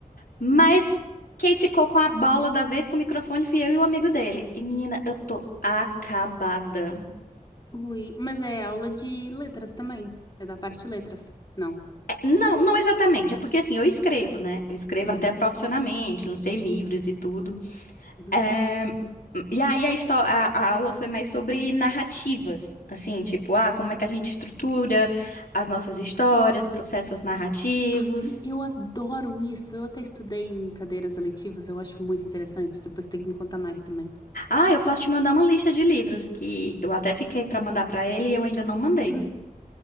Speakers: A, on the left (about 80°); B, on the left (about 30°).
A: mas
B: uhum.
A: quem ficou com a bola da vez com o microfone fui eu e o amigo dele. E menina, eu tô acabada.
B: Ui, mas é aula de letras também. É da parte de letras. Não.
A: Não, não exatamente. É porque assim, eu escrevo, né? Eu escrevo
B: Uhum,
A: até profissionalmente, lancei livros e tudo.
B: uhum.
A: É, E aí a, histó- a, a aula foi mais sobre narrativas, assim, tipo, ah, como é que a gente estrutura as nossas histórias, processos narrativos.
B: Ai, eu adoro isso. Eu até estudei em cadeiras eletivas, eu acho muito interessante. Depois tem que me contar mais também.
A: Ah, eu posso te mandar uma lista de livros que eu até fiquei pra mandar pra ele e eu ainda não mandei.
B: Hum.